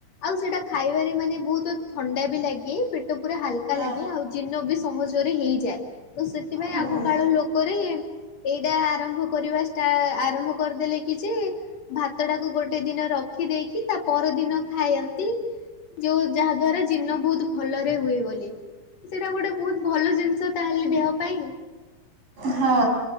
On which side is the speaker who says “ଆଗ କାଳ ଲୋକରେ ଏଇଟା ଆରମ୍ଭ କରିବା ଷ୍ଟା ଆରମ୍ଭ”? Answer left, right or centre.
Left